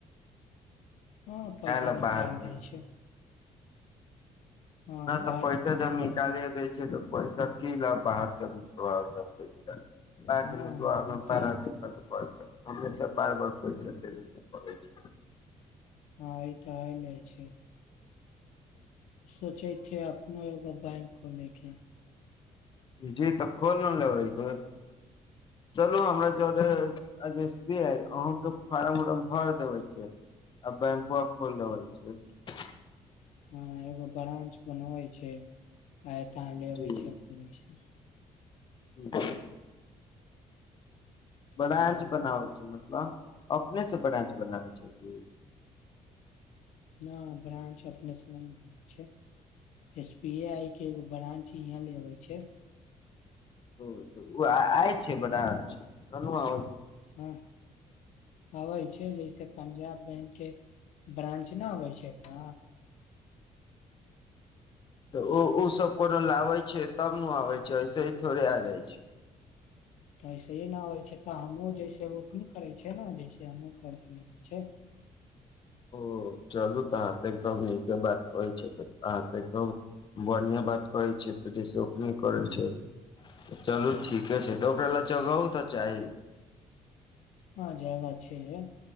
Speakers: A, on the left (about 80°); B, on the left (about 40°).
A: हाँ पैसा
B: काहे ला
A: निकाल
B: बाहर से
A: दै छै। हँ
B: नै त
A: बाहर
B: पैसा
A: से तऽ
B: जब
A: नहिये
B: निकालिये दै छै त पैसा की लब बाहर से भी तो आ जा पैसा। बाहर
A: हँ
B: से भी तो आबै
A: ओ
B: में बड़ा
A: तऽ
B: दिक्कत हमे सब बार बार पैसा देबे के पड़े छै।
A: हाँ ई त आइले छै। सोचै छै आब हमहुं एगो बैंक खोलेके।
B: जी तब। कौन लोन लेवे छै। चलू हमरा जोर। आज एस बी आई अहां के फार्म उरम भर देवे छै आ बैंकवा खोल रहल छै।
A: हाँ एगो बराँच बनाबे छै। हुं आय ता लेबे
B: जी
A: छै, खुले छै।
B: <unintelligible> बरांच
A: हँ
B: बनाबै छै मतलब अपने से ब्रांच बनाबै छै। हुं।
A: न ब्रान्च अपने से ने बनाबै छै, एस बी आई के एगो ब्रांच इहाँ लेबे छै।
B: ओ तो उ आ आय छै ब्रांच, चलु आबे
A: हँ आबाज छै। जैसे पंजाब बैंक के ब्रानं्च नहि होइ छै तऽ।
B: तऽ ओ ओसभ कोनो लाबै छै तब ने आबै छै ऐसे ही थोड़े आ जाइ छै।
A: तऽ इसे ही नहि होइ छै तऽ हमहूँ जइसे ओकी करै छै ने जैसे हमहूँ कर दियै होै छै।
B: ओ चलु त अहाँ त एकदम नीके बात कहै छै। त अहाँ त एकदम बढ़िएँ बात कहै छ। त जे अखनी करै छै। चलू ठीके छै। त ओकरा लए जगहु त चाही।
A: हँ जगह छै।